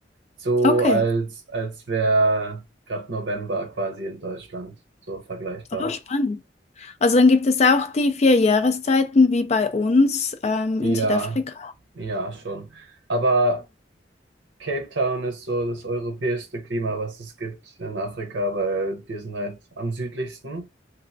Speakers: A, on the right; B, on the left.
A: so,
B: Okay,
A: als, als wäre gerade November quasi in Deutschland, so vergleichbar.
B: oh, spannend. Also dann gibt es auch die vier Jahreszeiten wie bei uns ähm,
A: Ja,
B: in Südafrika.
A: ja, schon. Aber Cape Town ist so das europäischste Klima, was es gibt in Afrika, weil wir sind halt am südlichsten